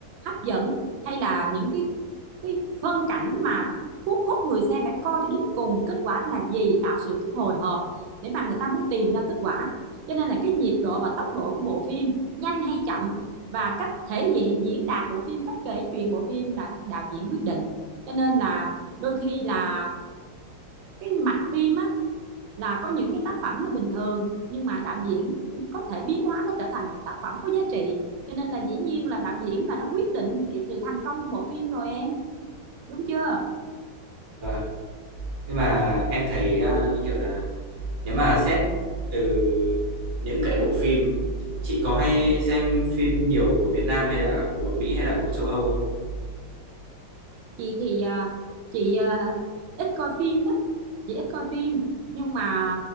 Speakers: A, on the right; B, on the right.
A: hấp dẫn hay là những cái cái phân cảnh mà cuốn hút người xem phải coi cho đến cùng kết quả là gì tạo sự cái hồi hộp để mà người ta muốn tìm ra kết quả cho nên là cái nhịp độ và tốc độ của bộ phim nhanh hay chậm và cách thể hiện diễn đạt bộ phim cách kể chuyện bộ phim là đạo diễn quyết định cho nên là đôi khi là cái mạch phim á là có những cái tác phẩm là bình thường nhưng mà đạo diễn có thể biến hóa nó trở thành một tác phẩm có giá trị cho nên là dĩ nhiên là đạo diễn là nó quyết định cái sự thành công của bộ phim rồi em đúng chưa
B: Và nhưng mà em thấy, ờ, như kiểu là Nếu mà xét từ những cái bộ phim, chị có hay xem phim nhiều của Việt Nam hay là của Mỹ hay là của châu Âu không?
A: chị thì à, chị à, ít coi phim lắm chị ít coi phim nhưng mà